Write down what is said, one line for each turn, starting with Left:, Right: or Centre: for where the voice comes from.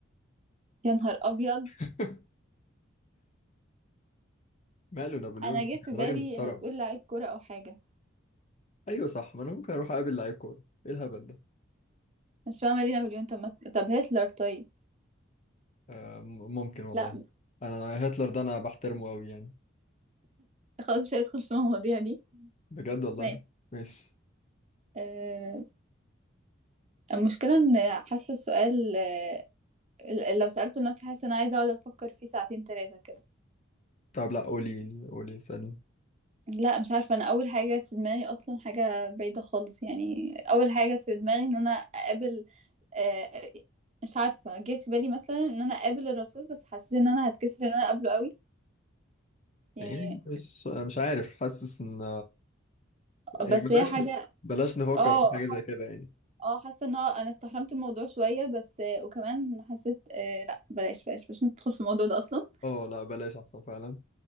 Right: يا نهار ابيض
Left: <laughs> ماله نابليون
Right: انا جه
Left: ده
Right: في
Left: كان
Right: بالي
Left: راجل محترم
Right: هتقول لعيب كرة او حاجة
Left: ايوه صح ما انا ممكن اروح اقابل لعيب كوره ايه الهبل ده
Right: مش فاهمة لينا مليون طب ما- طب هتلر طيب
Left: آه م- ممكن والله
Right: لا
Left: انا هتلر ده انا بحترمه قوي يعني
Right: خلاص مش هيدخل في المواضيع دي
Left: بجد والله
Right: ماشي
Left: ماشي
Right: أه المشكلة ان حاسة السؤال أه لو سألته لنفسي حاسة ان انا عايزة اقعد افكر فيه ساعتين تلاتة كده
Left: طب لا قولي قولي سألني
Right: لا مش عارفة أنا أول حاجة جت في دماغي أصلا حاجة بعيدة خالص يعني أول حاجة جت في دماغي إن أنا أقابل آه، آه، مش عارفة جه في بالي مثلا إن أنا أقابل الرسول بس حسيت إن أنا هتكسف إن أنا أقابله قوي يعني
Left: يعني مش مش عارف حاسس ان يعني
Right: بس
Left: بلاش
Right: هي حاجة
Left: بلاش نفكر
Right: اه
Left: في حاجه
Right: حاسة
Left: زي كده يعني
Right: اه حاسة إن هو أنا استحرمت الموضوع شوية بس آه، وكمان حسيت آه، لا بلاش بلاش مش ندخل في الموضوع ده أصلا
Left: اه لا بلاش احسن فعلا